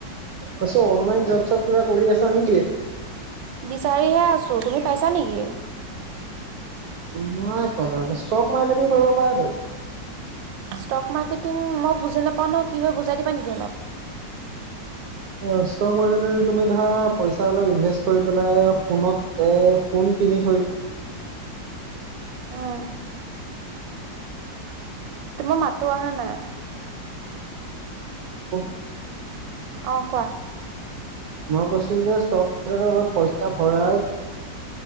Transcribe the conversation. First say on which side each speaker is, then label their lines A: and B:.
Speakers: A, on the right; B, on the right.
A: আছো, অনলাইন জব চব কিবা কৰি আছা নেকি?
B: বিচাৰিহে আছো তুমি পাইছা নেকি?
A: নাই পোৱা তেনেকে ষ্টক মাৰ্কেটিং কৰিব পাৰতো।
B: ষ্টক মাৰ্কেটিং মই বুজি নাপাও ন কি হয় বুজাই দিবা নেকি অলপ?
A: অ ষ্টক মাৰ্কেটিং তুমি ধৰা পইচা অলপ ইনভেষ্ট কৰি পেলাই সোণত সোণ কিনি থৈ
B: উম। তোমাৰ মাতটো আহা নাই।
A: <unintelligible>
B: অ' কোৱা?
A: মই কৈছো যে ষ্টক অলপ পইচা ভৰাই‌